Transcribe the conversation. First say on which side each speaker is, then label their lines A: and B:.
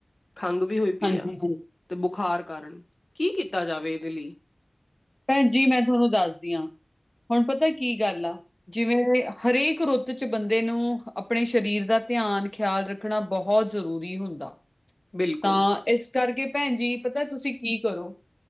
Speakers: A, on the left; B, on the left.
A: ਖੰਘ ਵੀ ਹੋਈ ਪਈ
B: ਹਾਂਜੀ,
A: ਆ,
B: ਹਾਂਜੀ।
A: ਤੇ ਬੁਖਾਰ ਕਾਰਨ ਕੀ ਕੀਤਾ ਜਾਵੇ ਏਦੇ ਲਈ।
B: ਭੈਨ ਜੀ ਮੈਂ ਥੋਨੂੰ ਦੱਸਦੀ ਆਂ, ਹੁਨ ਪਤਾ ਕੀ ਗੱਲ ਆ ਜਿਵੇਂ ਹਰੇਕ ਰੁੱਤ ਚ ਬੰਦੇ ਨੂੰ ਆਪਨੇ ਸਰੀਰ ਦਾ ਧਿਆਨ ਖਿਆਲ ਰੱਖਨਾ ਬਹੁ ਜ਼ਰੂਰੀ ਹੁੰਦਾ।
A: ਬਿਲਕੁਲ
B: ਤਾਂ ਇਸ ਕਰਕੇ ਭੈਨ ਜੀ ਪਤਾ ਤੁਸੀਂ ਕੀ ਕਰੋ,